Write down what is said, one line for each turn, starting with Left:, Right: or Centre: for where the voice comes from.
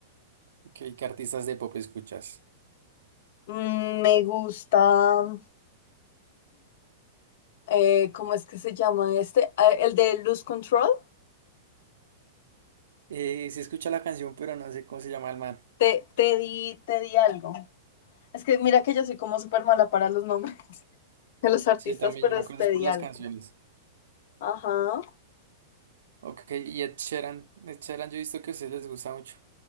Right: Ok, ¿qué artistas de pop escuchas?
Left: Mm, Me gusta. eh, ¿cómo es que se llama este? Ah, El de Lose Control.
Right: Eh, se escucha la canción, pero no sé cómo se llama el man.
Left: Te, te di, te di algo. Es que mira que yo soy como súper mala para los nombres <laughs> de los artistas,
Right: Sí, yo también,
Left: pero
Right: yo me
Left: es
Right: acuerdo
Left: te
Right: es por
Left: di
Right: las
Left: algo.
Right: canciones.
Left: Ajá.
Right: Ok, y Ed Sheeran, Ed Sheeran, yo he visto que a ustedes les gusta mucho.